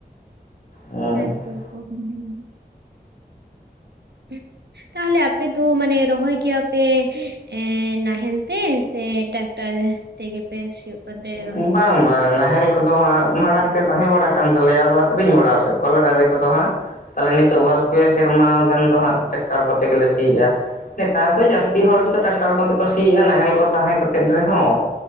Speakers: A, on the left; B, on the right.
A: ᱦᱩᱸ
B: ᱦᱮᱸ ᱛᱚ <unintelligible> <unintelligible> ᱛᱟᱦᱚᱞᱮ ᱟᱯᱮ ᱫᱚ ᱢᱟᱱᱮ ᱨᱚᱦᱚᱭ ᱜᱮᱭᱟ ᱯᱮ ᱮᱸ ᱱᱟᱦᱮᱞ ᱛᱮ ᱥᱮ ᱴᱟᱠᱴᱟᱨ ᱛᱮᱜᱮᱯᱮ ᱥᱤᱭᱳᱜ ᱠᱟᱛᱮ ᱨᱚᱦᱚᱭ
A: ᱵᱟᱝ
B: ᱜᱮᱭᱟᱯᱮ?
A: ᱵᱟᱝ ᱱᱟᱦᱮᱞ ᱠᱚᱫᱚ ᱦᱟᱸᱜ ᱢᱟᱲᱟᱝ ᱛᱮ ᱛᱟᱦᱮᱸ ᱵᱟᱲᱟ ᱠᱟᱱ ᱛᱟᱞᱮᱭᱟ ᱟᱫᱚ ᱟᱹᱠᱷᱨᱤᱧ ᱵᱟᱲᱟ ᱟᱠᱟ ᱠᱚᱣᱟᱞᱮ ᱰᱟᱺᱝᱨᱤ ᱠᱚᱫᱚ ᱦᱟᱸᱜ ᱛᱟᱦᱚᱞᱮ ᱱᱤᱛᱚᱜ ᱵᱟᱨ ᱯᱮ ᱥᱮᱨᱢᱟ ᱜᱟᱱ ᱫᱚ ᱦᱟᱸᱜ ᱴᱟᱠᱴᱟᱨ ᱠᱚᱛᱮ ᱜᱮᱞᱮ ᱥᱤᱭᱮᱜᱼᱟ᱾ ᱱᱮᱛᱟᱨ ᱫᱚ ᱡᱟᱹᱥᱛᱤ ᱦᱚᱲ ᱜᱮᱛᱚ ᱴᱟᱠᱴᱟᱨ ᱠᱚᱛᱮ ᱠᱚ ᱥᱤᱭᱮᱜᱼᱟ ᱱᱟᱦᱮᱞ ᱠᱚ ᱛᱟᱦᱮᱸ ᱠᱟᱛᱮᱜ ᱨᱮᱦᱚᱸ